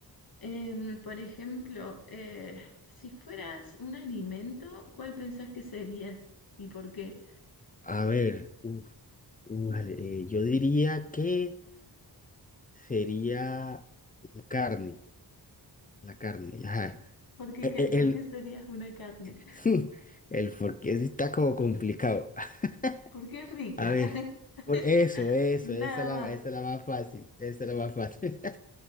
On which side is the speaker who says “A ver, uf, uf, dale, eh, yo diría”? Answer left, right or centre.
Left